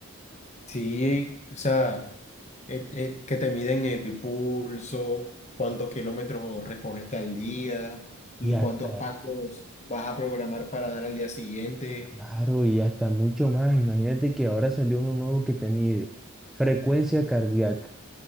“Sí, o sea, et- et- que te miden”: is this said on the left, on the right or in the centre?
Left